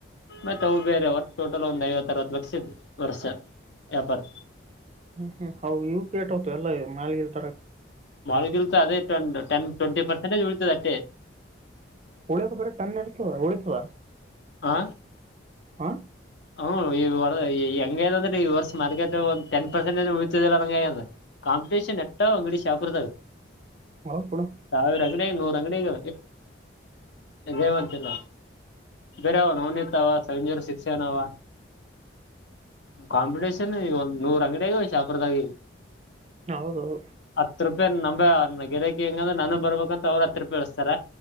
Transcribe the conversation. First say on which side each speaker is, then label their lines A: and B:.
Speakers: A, on the left; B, on the right.
A: ಮತ್ತೆ ಅವು ಬೇರೆ ಅವರ್ ಟೋಟಲ್ ಒಂದ್ ಐವತ್ತ ಅರವತ್ತು ಲಕ್ಷ ಇ ವರ್ಷ ವ್ಯಾಪಾರ
B: ಹ್ಮ್ ಹ್ಮ್ ಹವು ಇವು ಕೇಟ್ ಹತ ಎಲ್ಲ ಮಾಲಿಗಲ್ ತರಕ್
A: ಮೊಗಲ್ತ ಅದೇ ಟೆನ್ ಟ್ವೆಂಟಿ ಪರ್ಸೆಂಟೇಜ್ ಉಳ್ತದ ಅಟ್ಟೆ
B: ಉಳಿತ ಬರ ಟಣ್ಣ ಇರ್ತವ ಉಳಿತುವ
A: ಆ
B: ಹಾ
A: ಹ್ಮ ಈ ಈ ಹಂಗದಂದ್ರೆ ಈ ವರ್ಷ ಮಾರ್ಕೆಟ್ ಒಂದು ಟೆನ್ ಪರ್ಸೆಂಟಜ್ ಉಳತದಿಲ್ಲಂಗದ ಕಾಂಪಿಟನ್ ಎ ಅಂಗಡಿ ಶಾಪ
B: ಹೌದು ಬಿಡು
A: ಸಾವಿರ ಅಂಗಡಿಗ ಜಯವಂತಲ್ಲ ಬೇರ ಅವ ನಿನ್ ತಾವ ಸಂಜರು ಶಿಕ್ಷೆನವ ಕಾಂಪಿಟೇಷನ್ ಒಂದ್ ನೂರ್ ಅಂಗಡಿಯಗ ಶಾಪ್ರದಾಗ
B: ಹೌದೌದು
A: ಹತ್ತು ರೂಪಾಯಿ ನಂಬನ್ನಗೆರೆ ಹೆಂಗಂದ್ರೆ ನಾನು ಬರ್ಬೇಕಂತ ಅವ್ರರು ಹತ್ರ ರೂಪಾಯಿ ಎಳಸ್ತಾರ